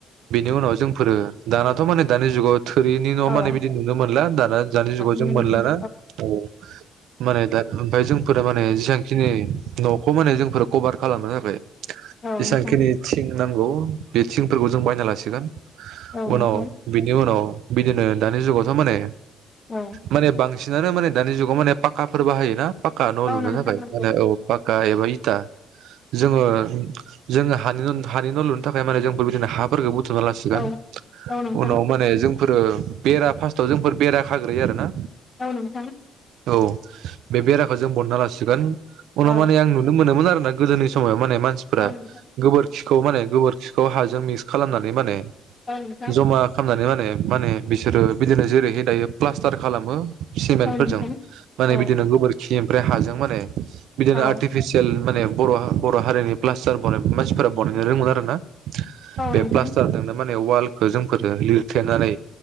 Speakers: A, on the right; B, on the left.
A: बेनि उनाव जों फोरो दानाथ' माने दानि जुगाव थोरिनि न'आ
B: औ ओहो
A: माने बिदि नुनो मोनला दाना दानि जुगाव
B: नुनो
A: जों मोनलाना
B: मोना
A: औ माने दा ओमफाय जोंफोरो माने जेसांखिनि न'खौ माने जोंफोर कभार खालामना होबाय
B: औ
A: जेसेबांखिनि
B: नोंथां
A: थिं नांगौ बे थिंफोरखौ जों बायना लासिगोन
B: औ नोंथां
A: उनाव बिनि उनाव बिदिनो दानि जुगावथ' माने
B: औ
A: माने बांसि बांसिनानो माने दानि जुगाव माने पाकाफोर बाहाय ना पाका न' लुनो
B: औ नोंथां
A: थाखाय
B: नंगौ
A: माने औ पाक बा एबा इथा जोङो जोङो हानि हानि न' लुनो थाखाय माने जों बेबायदिनो हाफोरखौ बुथुमना लासिगोन
B: औ औ नोंथां
A: उनाव माने जों जोंफोरो बेरा फार्स्टआव जोंफोर बेरा खाग्रोयो आरो ना
B: औ नोंथां
A: औ बे बेराखौ जों बनना लासिगोन उनाव
B: औ
A: माने आं नुनो मोनोमोन आरोना गोदोनि समावहाय माने मानसिफ्रा
B: नोंथां
A: गोबोरखिखौ माने गोबोरखिखौ हाजों मिक्स खालामनानै माने
B: औ नोंथां
A: जमा खामनानै माने मानो बिसोरो बिदिनो जेरैहाय दायो प्लास्टार खालामो सिमेन्ट
B: औ
A: फोरजों
B: नोंथां
A: माने
B: औ
A: बिदिनो गोबोरखि ओमफ्राय हाजों माने बिदिनो
B: औ
A: आर्टिफिसियेल माने बर' बर' हारिनि प्लास्टारबा मानसिफोरा बानायनो रोंङो आरो ना बे
B: औ नोंथां
A: प्लास्टारजोंनो माने वालखौ जोंफोरो लिरथेनानै